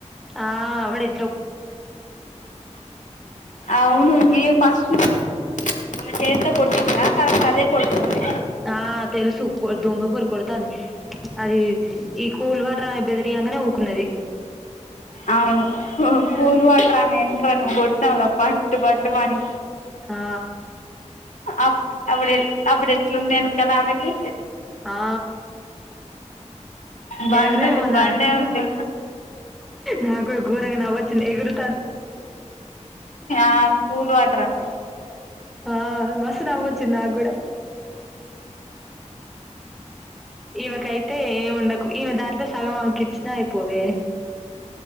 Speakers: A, in the centre; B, on the left (about 85°).
A: ఆవిడ్
B: అవును ఈ ఫస్ట్ ఆమె చేత్తో కొట్టిందా కల కదే కొడుతుంది
A: ఆ తెలుసు కొ దొంగ పోరి కొడతాంది అది ఈ కూల్ వాటర్ ఆమె బెదిరియంగానే ఊకున్నది
B: అవును కూల్ వాటర్ ఆమెన్క నుగొ పట్టు పట్టు మని
A: ఆ
B: అప్ అప్పుడెప్ అప్పుడెట్లుంది ఎనకాల ఆమెకి
A: ఆ
B: బండకు
A: ఎవరు మన
B: బండే ఉంది
A: నాకు ఘోరంగా నవ్వొచ్చింది ఎగురు
B: ఆ కూల్ వాటరామె
A: ఆ మస్తు నవ్వొచ్చింది నాగూడా ఈమకై తే ఏముండకు ఈమె దాంట్లో సగమామె కిచ్చినా పోవే